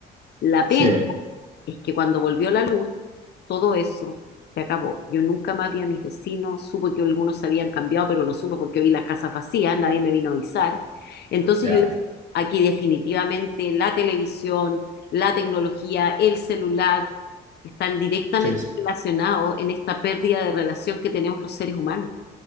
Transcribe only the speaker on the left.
La
pena es que cuando volvió la luz, todo eso se acabó. Yo nunca más vi a mis vecinos, supe que algunos se habían cambiado, pero lo supe porque vi las casas vacías, nadie me vino a avisar. Entonces
yo dije, aquí definitivamente la televisión, la tecnología, el celular están directamente
relacionados en esta pérdida de relación que tenemos los seres humanos.